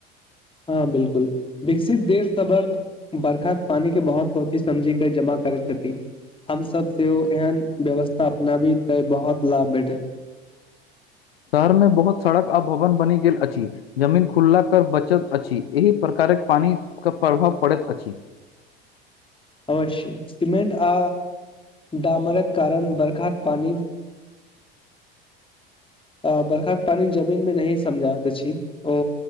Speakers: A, on the left; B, on the left.
A: हँ बिल्कुल विकसित देश सबक बर्खा पानी के बहुत सोची समझी के जमा करै छथि हमस सेहो एहन व्यवस्था अपनाबी ते बहुत लाभ भेटत
B: शहर में बहुत सड़क आ भवन बनि गेल अछि जमीन खुलला कर बचत अछि एहि प्रकारक पानी के प्रभाव पड़ैत अछि
A: अवश्य सिमेंट आ डामरक कारण बरखाक पानी अ बर्खाक के पानी जमीन मे नहि समझइत अछि ओ